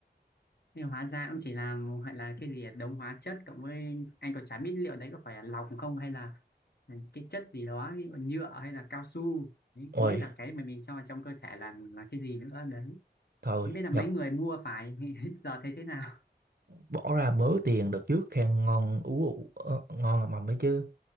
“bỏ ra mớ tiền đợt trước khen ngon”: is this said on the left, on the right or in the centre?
Right